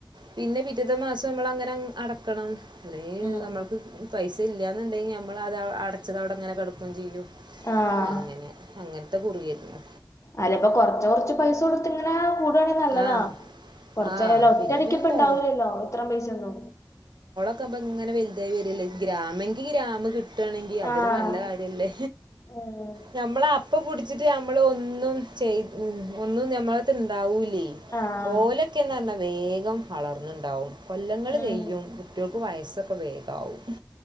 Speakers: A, on the right; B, on the left.
A: പിന്നെ പിറ്റത്തെ മാസമ്മ്ളങ്ങനങ്ങ് അടക്കണം ഇല്ലെ
B: ഉം
A: നമ്മൾക്ക് പൈസല്ല്യാന്ന്ണ്ടെങ്കി ഞമ്മളാ ദാ അടച്ചതവടങ്ങനെ കെട്ക്കും ചെയ്യും
B: ആഹ്
A: അങ്ങനെ അങ്ങൻത്തെ കുറ്യാര്ന്ന്
B: അല്ല്പ്പൊ കൊർച്ച കൊറച്ച് പൈസ കൊട്ത്ത്ങ്ങനെ കൂട്വാണെ നല്ലതാ
A: ആ.
B: കൊറച്ചായാലും
A: ആ.
B: ഒറ്റടിക്ക്
A: പിന്നെ പിന്നെ
B: ഇപ്പണ്ടാവൂല്ല്ലോ
A: മോ
B: ഇത്ര പൈസൊന്നും
A: ത്തൊപ്പ്ങ്ങനെ വെൽതായ് വെര്യല്ലേ ഗ്രാമെങ്കി ഗ്രാമ് കിട്ട് ട്ട്വാണെങ്കി അതൊര്
B: ആഹ്
A: നല്ല കാര്യല്ലേ
B: ഉം
A: ഞമ്മളെ അപ്പപുട്ച്ച്ട്ട് ഞമ്മള് ഒന്നും ചെയ് ഉം ഒന്നും ഞമ്മള്ട്ത്ത്ണ്ടാവൂല്യേ
B: ആഹ്
A: ഓലൊക്കെന്നർഞ്ഞാ വേഗം വളർന്ന്ണ്ടാവും കൊല്ലങ്ങൾ
B: ഉം
A: കെയ്യും കുട്ടെൾക്ക് വയസ്സൊക്കെ വേഗാവും